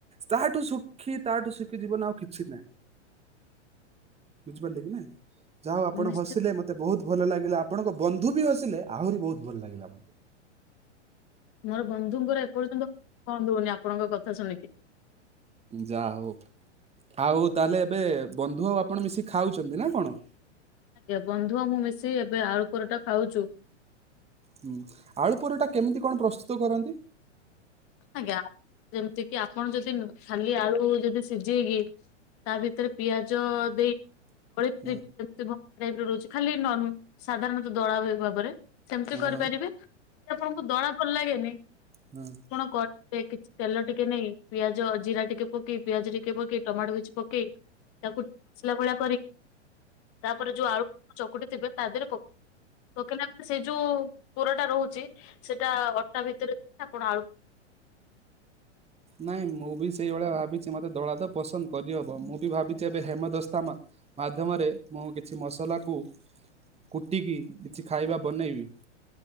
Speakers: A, on the right; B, on the left.
A: ତାହାଠୁ ଶୁଖି ତାଠୁ ଶୁଖି ଜୀବନ ଆଉ କିଛି ନାହିଁ। ବୁଝିପାରିଲେ କି ନାଇଁ ଯାହା ଆପଣ
B: ନିଶ୍ଚୟ
A: ହସିଲେ ମତେ ବହୁତ ଭଲ ଲାଗିଲା। ଆପଣଙ୍କ ବନ୍ଧୁ ବି ଆସିଲେ ଆହୁରି ବହୁତ ଭଲ ଲାଗିଲା ମତେ।
B: ମୋର ବନ୍ଧୁଙ୍କର ଏପର୍ଯ୍ୟନ୍ତ କଣ ଦଉନି ଆପଣଙ୍କ କଥା ଶୁଣିକି।
A: ଯାହଉ। ଆଉ ତାହେଲେ ଏବେ ବନ୍ଧୁ ଆଉ ଆପଣ ମିଶିକି ଖାଉଚନ୍ତି ନା କଣ?
B: ଆଜ୍ଞା ବନ୍ଧୁ ଆଉ ମୁଁ ମିଶି ଏବେ ଆଳୁ ପରଟା ଖାଉଚୂ।
A: ହୁଁ ଆଳୁ ପରଟା କେମିତି କଣ ପ୍ରସ୍ତୁତ କରନ୍ତି?
B: ଆଜ୍ଞା ଯେମିତି କିି ଆପଣ ଯଦି ଖାଲି ଆଳୁ ଯଦି ସିଝେଇକି ତା ଭିତ ସେଥିରେ ପିଆଜ ଦେଇକି <unintelligible> ପାରିବି
A: ହଁ
B: ଯେମତି ପ ର ରହୁଚି ଖାଲି ସାଧାରଣତଃ ଦଳା ଭାବରେ ସେମିତି
A: ହଁ
B: କରିପାରିବେ।
A: ହଁ
B: ଆପଣଙ୍କୁ ଦଳା ଭଲ ଲାଗେନି?
A: ହଁ।
B: କଡେ କିଛି ତେଲ ଟିକେ ନେଇ ପିଆଜ ଜିରା ଟିକେ ପକି ପିଆଜ ଟିକେ ପକେଇ ପକେଇ ଟମାଟୋ କିଛି ପକେଇ ତାକୁ ମସଲା ଭଳି କରି ତାପରେ ଯୋଉ ଆଳୁ ଚକୁଟିଥିବେ ତାଦୀରେ ପକେଇ ପକେଇଲା ସେ ଯୋଉ ପୁରଟା ରହୁଚି ସେଟା ଅଟା ଭିତରେ ଆପଣ ଆଳୁ
A: ନାଇଁ ମୁଁ ବି ସେଇଭଳିଆ ଭାବିଚି ମତେ ଦଳାଦ ପସନ୍ଦ କରିହବ ମୁଁ ବି ଭାବିଛି ଏବେ ହେମଦସ୍ତା ମା ମାଧ୍ୟମରେ ମୁଁ କିଛି ମସଲାକୁ କୁଟିକି କିଛି ଖାଇବା ବନେଇବି।